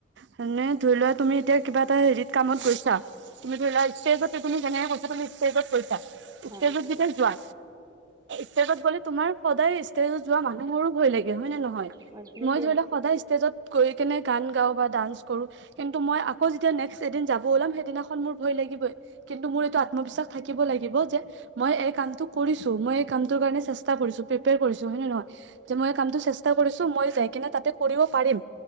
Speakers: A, on the right; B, on the right.
A: মানে ধৰি লোৱা, তুমি এতিয়া কিবা এটা হেৰিত কামত গৈছা তুমি ধৰি লোৱা ষ্টেজতে তুমি যেনেকে কৈছা তুমি ষ্টেজত কৈছা। ষ্টেজত
B: হয়
A: যেতিয়া যোৱা ষ্টেজত গ'লে তোমাৰ সদায় ষ্টেজত যোৱা মানুহোৰো ভয় লাগে। হয় নে নহয়?
B: হয় তুমি
A: মই
B: ঠিকে
A: ধৰি
B: কৈছা
A: লোৱা সদায় ষ্টেজত গৈ কেনে, গান গাওঁ বা ডান্স কৰো কিন্তু মই আকৌ যেতিয়া নেক্সট এদিন যাব ওলাম, সেইদিনাখন মোৰ ভয় লাগিবই। কিন্তু মোৰ এইটো আত্মবিশ্বাস থাকিব লাগিব যে, মই এই কামটো কৰিছো। মই কামটোৰ কাৰণে চেষ্টা কৰিছো, প্ৰিপেয়াৰ কৰিছো হয় নে নহয়? যে মই এই কামটো চেষ্টা কৰিছো মই যাই কিনে তাতে কৰিব পাৰিম।